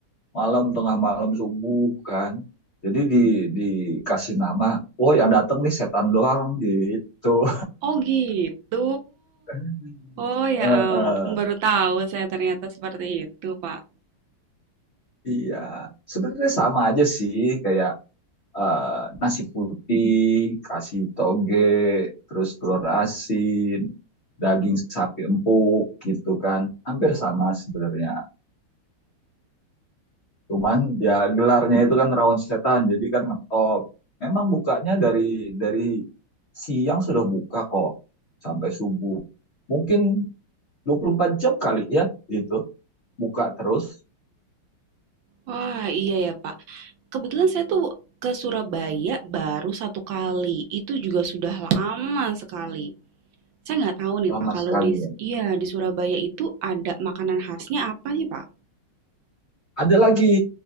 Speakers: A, on the left (about 65°); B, on the right (about 75°).
A: Malam, tengah malam, subuh kan. Jadi di dikasih nama, oh yang datang nih setan doang gitu.
B: Oh, gitu.
A: <laughs>
B: Oh, ya
A: Eh,
B: ampun,
A: eh,
B: baru tahu saya ternyata seperti itu, Pak.
A: iya, sebenarnya sama aja sih kayak eh, nasi putih, kasih toge, terus telur asin, daging sapi empuk gitu kan, hampir sama sebenarnya. Cuman ya gelarnya itu kan rawon setan, jadi kan ngetop. Memang bukanya dari dari siang sudah buka kok sampai subuh. Mungkin 24 jam kali ya gitu. Buka terus
B: Wah, iya ya, Pak. Kebetulan saya tuh ke Surabaya baru satu kali. Itu juga sudah lama sekali. Saya nggak tahu nih,
A: lama
B: Pak, kalau
A: sekali.
B: di
A: ya.
B: iya di Surabaya itu ada makanan khasnya apa sih, Pak?
A: Ada lagi